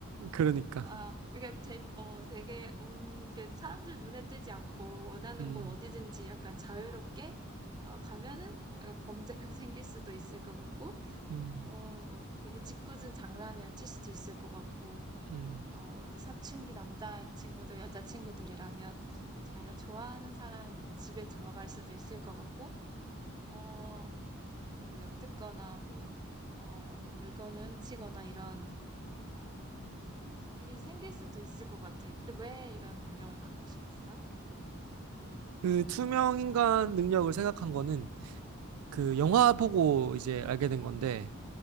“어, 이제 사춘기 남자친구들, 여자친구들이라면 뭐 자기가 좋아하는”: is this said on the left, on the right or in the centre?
Right